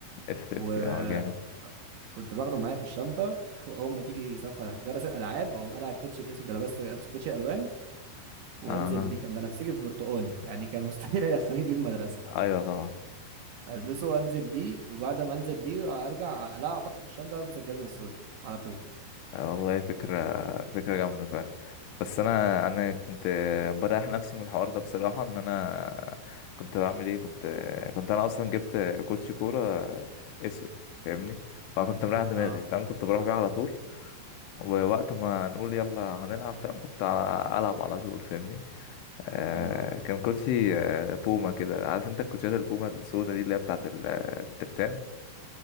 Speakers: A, on the left (about 80°); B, on the right (about 70°).
A: اف
B: وكنت
A: 50 اه جامد
B: باخده معايا في الشنطه <laughs> واول ما تيجي سفر جرس الالعاب اقوم انا على الكوتش الاسود ده لابس لابس كوتش الوان وانزل
A: اه
B: بيه كان بنفسجي في برتقاني يعني كان مستحيل <laughs> يدخلني بيه المدرسه
A: ايوه طبعا
B: البسه وانزل بيه وبعد ما انزل بيه ارجع اقلعه واحطه في الشنطه والبس الجزمه السوداء على طول
A: آه والله فكرة فكرة جامدة فعلا بس انا انا كنت بريح نفسي من الحوار ده بصراحة ان انا كنت بعمل ايه كنت كنت انا اصلا جبت كوتش كورة اسود فاهمني فكنت مريح دماغي
B: اه
A: فاهم كنت بروح بيه على طول ووقت ما نقول يلا هنلعب فاهم كنت ع- ألعب على طول فاهمني آه
B: حلو قوي
A: كان كوتشي آه بوما كده عارف انت الكوتشيات البوما السودا دي اللي هي بتاعت ال- آه، الترتان